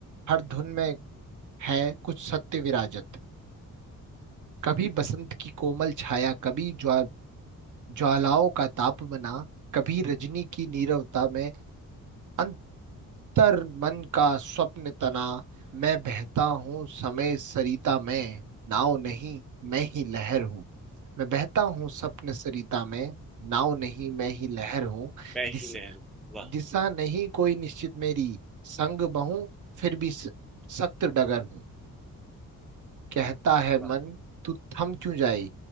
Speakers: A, on the right; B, in the centre.
A: हर धुन में है कुछ सत्य विराजत कभी बसंत की कोमल छाया कभी ज्वा ज्वालाओं का ताप मना कभी रजनी की नीरवता में अंत तर मन का स्वप्न तना मैं बहता हूँ समय सरिता में नाव नहीं मैं ही लहर हूँ मैं बहता हूँ स्वप्न सरिता में नाव नहीं मैं ही लहर हूँ
B: मैं
A: दिस,
B: ही नेहरू वाह
A: दिशा नहीं कोई निश्चित मेरी संग बहूं फिर भी स- सख्त डगर हूँ कहता है
B: वाह
A: मन तू थम क्यों जाए